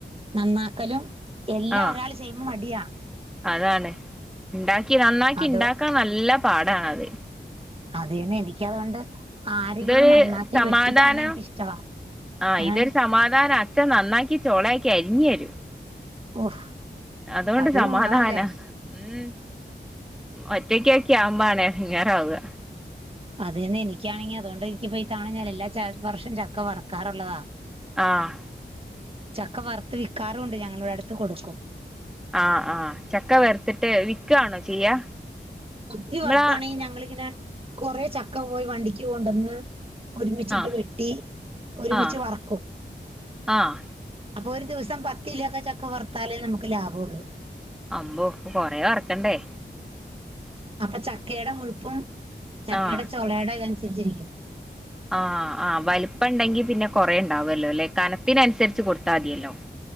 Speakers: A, on the right; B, in the centre.
A: നന്നാക്കലും എല്ലാം
B: ആ
A: ഒരാൾ ചെയ്യുമ്പോൾ മടിയാ
B: അതാണ് ഉണ്ടാക്കി നന്നാക്കി
A: അത്
B: ഉണ്ടാക്കാൻ നല്ല പാടണത്
A: അത എനിക്ക് അതുകൊണ്ട് ആരെങ്കിലും
B: ഇതൊരു
A: നന്നാക്കി
B: സമാധാനം
A: വെട്ടി തന്നാ എനിക്കിഷ്ടവാ
B: ആഹ്
A: ഏ
B: ഇതൊരു സമാധാനം അച്ഛൻ നന്നാക്കി ചോളയാക്കി അരിഞ്ഞു തരും
A: ഓഹ്
B: അതുകൊണ്ട്
A: അതൊരു
B: സമാധാനം
A: ഗുണവല്ലേ
B: ഉം ഒറ്റയ്ക്കൊ ക്കെയാവമ്പണേ ഇടങ്ങറാവുക
A: അത് തന്നെ എനിക്കാണങ്ക അതുകൊണ്ട എനിക്കിപ്പോ ണ ഞ്ഞാൽ എല്ലാ വർഷം ചക്ക വറക്കാറുള്ളതാ
B: ആഹ്
A: ചക്ക വറുത്ത് വിൽക്കാറുംണ്ട് ഞങ്ങള ഇവിടെ അടുത്ത് കൊടുക്കും
B: ആഹ ആഹ് ചക്ക വറുത്തിട്ട് വിൽക്കവാണോ ചെയ്യാ
A: ഒത്തിരി
B: നമ്മളാ
A: വർക്കുവാണെങ്കിൽ ഞങ്ങിങ്ങനെ കൊറെ ചക്ക പോയി വണ്ടിക്ക് പോണ്ടുവന്ന് ഒരുമിച്ചിട്ട്
B: ആഹ്
A: വെട്ടി ഒരുമിച്ച്
B: ആഹ്
A: വറക്കും
B: ആഹ്
A: അപ്പൊ ഒരു ദിവസം പത്തു കിലോ ഒക്കെ ചക്ക വറുത്താലേ നമുക്ക് ലാഭമുള്ളൂ
B: അമ്പോ ഇപ്പൊ കൊറെ വറക്കണ്ടേ
A: അപ്പൊ ചക്കയുടെ മുഴുപ്പും ചക്കയുടെ
B: ആഹ്
A: ചോളയുടെ അതനുസരിച്ചിരിക്കും
B: ആ ആ വലുപ്പം ഉണ്ടെങ്കി പിന്നെ കുറേ ഉണ്ടാവല്ലോ അല്ലെ കനത്തിന അനുസരിച്ച് കൊടുത്താൽ മതിയല്ലോ